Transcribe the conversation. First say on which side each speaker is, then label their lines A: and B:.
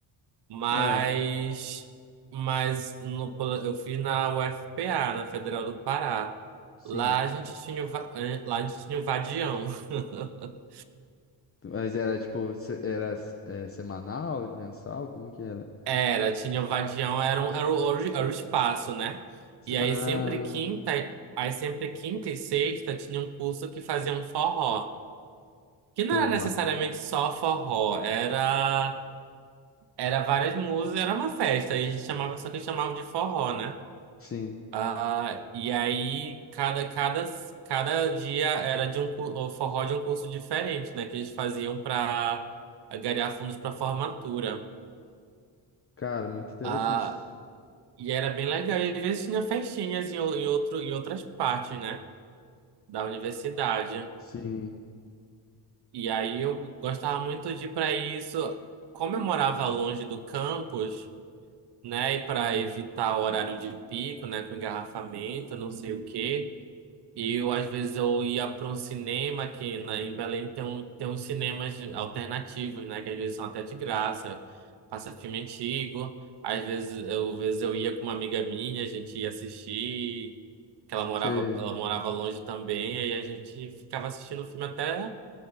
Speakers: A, on the right (about 60°); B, on the left (about 30°).
A: Mas,
B: É,
A: mas no, eu fiz na UFPA, na Federal do Pará.
B: sim.
A: Lá a gente tinha, o va- eh, lá a gente tinha o vadião. <laughs>
B: Mas era tipo, se- era é, semanal, mensal? Como que era?
A: Era, tinha o vadião, era, um, era, o, era o espaço, né? E aí
B: Ah,
A: sempre quinta, aí sempre quinta e sexta tinha um curso que fazia um forró. Que não
B: pô,
A: era
B: ma-
A: necessariamente só forró, era, era várias músicas, era uma festa, aí a gente chamava, só que chamava de forró, né?
B: Sim.
A: Ah, e aí, cada, cada, cada dia era de um cu- o forró de um curso diferente, né? Que eles faziam para angariar fundos para formatura.
B: Cara, muito interessante.
A: Ah, e era bem legal. E às vezes tinha festinhas em, o- em, outro, em outras partes, né? Da universidade.
B: Sim.
A: E aí eu gostava muito de ir para isso. Como eu morava longe do campus, né? E para evitar o horário de pico, né? Com engarrafamento, não sei o quê. E eu, às vezes, eu ia para um cinema que na, em Belém tem, um, tem uns cinemas alternativos, né? Que às vezes são até de graça, passa filme antigo. Às vezes eu, às vezes eu ia com uma amiga minha, a gente ia assistir, que ela morava,
B: Você...
A: ela morava longe também, aí a gente ficava assistindo o filme até